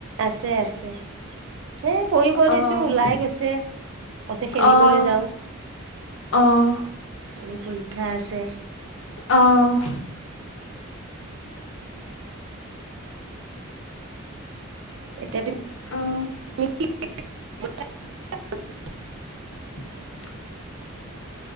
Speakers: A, on the right; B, on the left.
A: আছে আছে এ পঢ়িব দিছো
B: অ',
A: ওলাই গৈছে কৈছে খেলিবলৈ
B: অ',
A: যাওঁ
B: অ',
A: কালি পৰীক্ষা আছে
B: অ'
A: এতিয়া তুমি
B: অ'।
A: <unintelligible>
B: <inaudible>